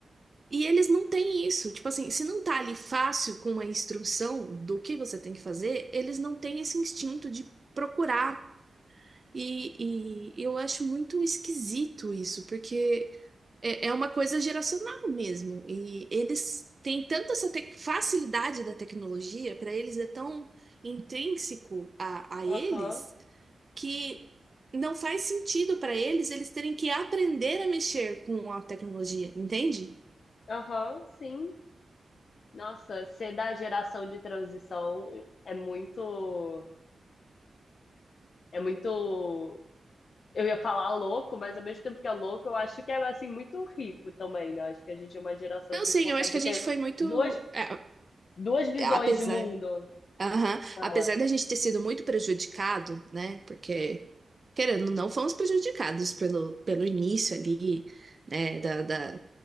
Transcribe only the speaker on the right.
E eles não têm isso. Tipo assim, se não tá ali fácil com uma instrução do que você tem que fazer, eles não têm esse instinto de procurar. E, e eu acho muito esquisito isso, porque é, é uma coisa geracional mesmo. E eles têm tanta essa te- facilidade da tecnologia, para eles é tão intrínseco a, a
eles, que não faz sentido para eles eles terem que aprender a mexer com a tecnologia, entende?
Não,
sim,
eu acho que a gente
foi muito.
é,
é, apesar.
Aham.
Apesar da gente ter sido muito prejudicado, né? Porque, querendo, ou não fomos prejudicados pelo, pelo início ali, né? Da, da-